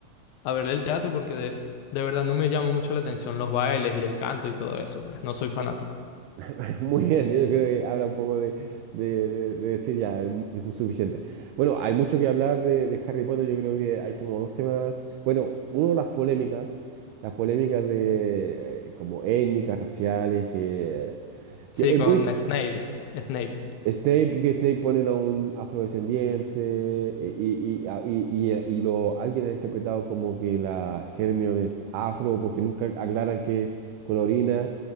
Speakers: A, on the left; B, on the right.
A: a verle el teatro porque de, de verdad no me llama mucho la atención los bailes y el canto y todo eso, pues no soy fanático.
B: <laughs> Muy bien, yo creo que habla un poco de, de- de- de decir ya, mu- dijo suficiente. Bueno, hay mucho que hablar de, de Harry Potter. Yo creo que hay como dos temas. Bueno, uno, las polémicas. Las polémicas de eh, como étnicas, raciales, que,
A: Sí,
B: que es
A: con
B: muy,
A: Snape, Snape.
B: Snape, que Snape ponen a un afrodescendiente eh, y, y, a- y- y, eh, y lo, alguien ha interpretado como que la Hermione es afro porque nunca aclaran que es colorina.